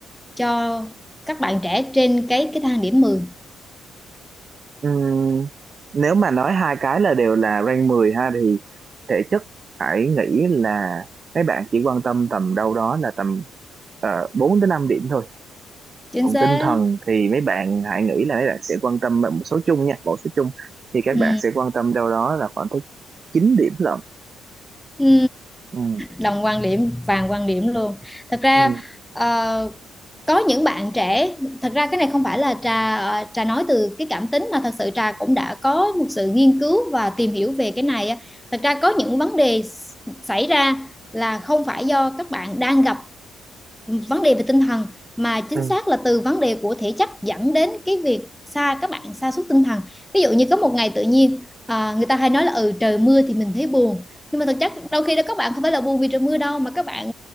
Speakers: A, in the centre; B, on the right.
A: cho các bạn trẻ trên cái cái thang điểm mười
B: Ừ. Nếu mà nói hai cái là đều là rank 10 ha thì thể chất hãy nghĩ là mấy bạn chỉ quan tâm tầm đâu đó là tầm uh, 4 tới 5 điểm thôi
A: chính
B: còn
A: xác
B: tinh thần thì mấy bạn hãy nghĩ là mấy bạn sẽ quan tâm một số chung nha một số chung thì các
A: ừ
B: bạn sẽ quan tâm đâu đó là khoảng tới 9 điểm lận
A: ừ
B: ừ.
A: đồng quan điểm vàng quan điểm luôn thật ra
B: Ừ.
A: ờ, có những bạn trẻ thật ra cái này không phải là trà ờ, trà nói từ cái cảm tính mà thật sự trà cũng đã có một sự nghiên cứu và tìm hiểu về cái này á. thật ra có những vấn đề xảy ra là không phải do các bạn đang gặp vấn đề về tinh thần mà chính
B: Ừ.
A: xác là từ vấn đề của thể chất dẫn đến cái việc xa các bạn sa sút tinh thần ví dụ như có một ngày tự nhiên à, người ta hay nói là ừ trời mưa thì mình thấy buồn nhưng mà thực chất đôi khi đó các bạn không phải là buồn vì trời mưa đâu mà các bạn